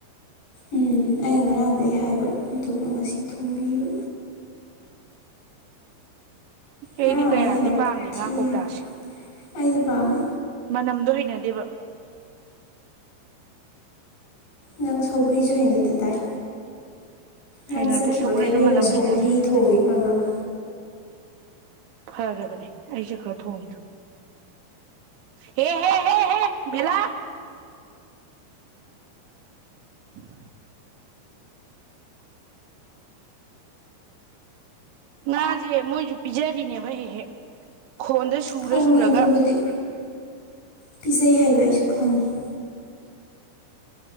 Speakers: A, on the left; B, on the right.
A: ꯎꯝ ꯑꯩꯅ ꯉꯔꯥꯡꯗꯩ ꯍꯥꯏꯕ ꯑꯗꯨꯒ ꯉꯁꯤ ꯊꯣꯡꯕꯤꯕ
B: ꯑꯩꯗꯤ
A: ꯉꯔꯥꯡ
B: ꯀꯌꯥꯗꯤ
A: ꯑꯩ ꯍꯜꯂꯛꯄ
B: ꯄꯥꯝꯗꯦ
A: ꯊꯦꯡꯉꯦ
B: ꯉꯥ ꯀꯧꯇꯥꯁꯤ
A: ꯑꯩꯗꯤ ꯄꯥꯝꯃꯦ
B: ꯃꯅꯝꯗꯣ ꯍꯩꯅꯗꯦꯕ
A: ꯅꯪ ꯁꯧꯒ꯭ꯔꯤꯖꯨ ꯍꯩꯅꯗꯦꯗꯥꯏ ꯅꯪ
B: ꯍꯩꯅꯗꯦ
A: ꯆꯠꯈꯤꯕꯒ
B: ꯁꯧꯒ꯭ꯔꯤꯁꯨ
A: ꯏꯕꯦꯝꯃ
B: ꯃꯅꯝ
A: ꯁꯧꯒ꯭ꯔꯤ
B: ꯍꯩꯅꯗꯦ
A: ꯊꯣꯡꯉꯦ ꯈꯪꯉꯕ
B: ꯐꯔꯕꯅꯦ ꯑꯩ ꯆꯠꯈ꯭ꯔ ꯊꯣꯡꯉꯤꯗꯨ ꯍꯦ ꯍꯦ ꯍꯦ ꯍꯦ ꯕꯦꯂꯥ <inaudible> ꯉꯥꯖꯦ ꯃꯣꯏꯖꯨ ꯄꯤꯖꯔꯤꯅꯦꯕ ꯍꯦꯛ ꯍꯦꯛ ꯈꯣꯟꯗ ꯁꯨꯔ
A: ꯈꯪꯉꯦ
B: ꯁꯨꯔꯒ
A: ꯑꯗꯨꯕꯨꯗꯤ ꯄꯤꯖꯩ ꯍꯥꯏꯕ ꯑꯩꯁꯨ ꯈꯪꯉꯤ